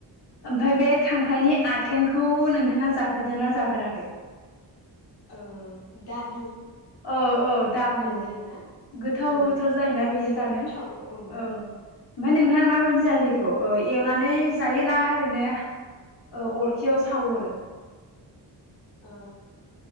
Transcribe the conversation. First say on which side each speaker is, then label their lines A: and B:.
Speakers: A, on the left (about 65°); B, on the left (about 80°).
A: ओ
B: ओमफ्राय बे खांख्राइनि आथेंखौ नों थांङा जाफेरदोना जाफेराखै?
A: ओ दाब
B: ओ ओ दाबु
A: जायोना
B: गोथावथार
A: ओं
B: जायोना
A: बेबो
B: बियो
A: जोबोद
B: जानो
A: गोथाव
B: औ
A: ओं
B: ओमफ्राय नोंथांहा माबायदि जायो बेखौ ओ एवनानै जायोना ओरैनो ओ अरखियाव सावहरो?
A: ओ